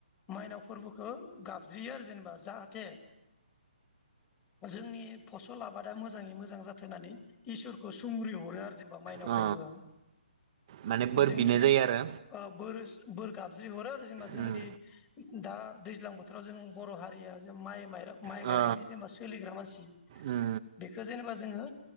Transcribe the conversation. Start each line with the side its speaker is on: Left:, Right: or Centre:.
Left: माइनाव फोरबोखौ गाबज्रियो आरो जेनेबा जाहाथे जोंनि फसल आबादा मोजाङै मोजां जाथोंनानै इसोरखौ सुंग्रि हरो आरो जेनेबा मायनाव
Right: औ अ
Left: फोरबोआ
Right: माने बोर
Left: जोंनि
Right: बिनाय
Left: जों
Right: जायो आरो
Left: बोर बोर गाब जि हरो जेनेबा जोंदि
Right: उम
Left: दा दैज्लां बोथोराव जों बर' हारिया जे माइ माइरं माइ
Right: ओ
Left: गायनानै जेनेबा सोलिग्रा मानसि
Right: उम
Left: बेखौ जेनेबा जोङो